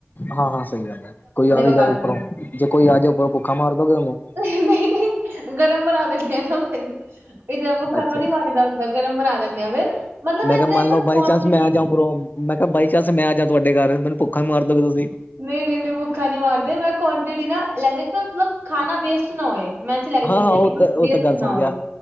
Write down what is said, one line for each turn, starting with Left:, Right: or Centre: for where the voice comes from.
Left: ਹਾਂ ਹਾਂ ਸਹੀ ਗੱਲ ਐ। ਕੋਈ ਆਵੇ
Right: ਪਕਾ
Left: ਜਾਵੇ
Right: ਲੈਂਦੇ
Left: ਉੱਪਰੋਂ
Right: ਨੇ
Left: ਜੇ ਕੋਈ ਆ ਜਾਵੇ ਉੱਪਰੋਂ, ਭੁੱਖਾ ਮਾਰਦੋਗੇ ਉਹਨੂੰ
Right: <unintelligible> ਨਈ, ਨਈ, ਗਰਮ ਬਣਾ ਦਿਣੇ ਆਂ ਫਿਰ ਇਹਦੇ ਭੁੱਖਾ
Left: ਅੱਛਾ
Right: ਥੋੜ੍ਹੀ ਮਾਰੀ ਦਾ ਹੁੰਦਾ ਗਰਮ ਬਣਾ ਦਿੰਣੇ ਆਂ ਫੇਰ ਮਤਲਬ ਮੈਂ ਇੰਤਨੇਂ
Left: ਕਿਹਾ ਮੰਨ
Right: ਕਵਾ
Left: ਲਓ ਬਾਈ ਚਾਂਸ
Right: <unintelligible>
Left: ਮੈਂ ਆ ਜਾ ਉਪਰੋਂ ਮੈਂ ਕਿਹਾ ਬਾਈ ਚਾਂਸ ਮੈਂ ਆ ਜਾ ਤੁਹਾਡੇ ਘਰ ਮੈਂਨੂੰ ਭੁੱਖਾ ਮਾਰ ਦੋਗੇ ਤੁਸੀਂ।
Right: ਨਈਂ ਨਈਂ ਨਈਂ, ਭੁੱਖਾ ਨੀਂ ਮਾਰਦੇ ਮੈਂ ਕੁਆਂਟਿਟੀ ਨਾਂ ਲੈਦੇ ਮਤਲਬ ਖਾਣਾ ਵੇਸਟ ਨਾ ਹੋਏ ਮੈਂ ਲੈ ਕੇ ਚੱਲਣੀ
Left: ਹਾਂ ਹਾਂ ਉਹ
Right: ਆ ਕਿ
Left: ਤਾਂ
Right: ਕੁਛ ਵੇਸਟ
Left: ਉਹ ਤਾਂ ਗੱਲ
Right: ਨਾ
Left: ਸਮਝ
Right: ਹੋਏ।
Left: ਗਿਆ